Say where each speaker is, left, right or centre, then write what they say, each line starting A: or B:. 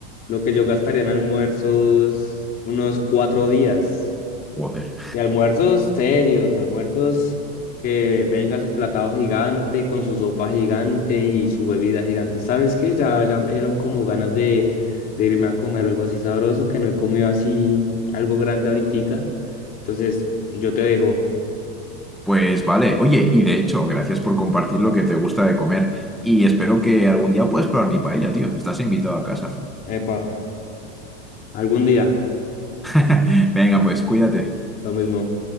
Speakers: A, on the left (about 25°); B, in the centre.
A: lo que yo gastaría en almuerzos unos cuatro días.
B: joder.
A: Y almuerzos serios, almuerzos que venga su platado gigante, con su sopa gigante y su bebida gigante. ¿Sabes qué? Ya, ya me dieron como ganas de, de irme a comer algo así sabroso, que no he comido así algo grande ahoritica. Entonces, yo te dejo.
B: Pues vale, oye, y de hecho, gracias por compartir lo que te gusta de comer y espero que algún día puedas probar mi paella, tío. Estás invitado a casa.
A: Epa, algún día,
B: <laughs> Venga, pues cuídate.
A: lo mismo.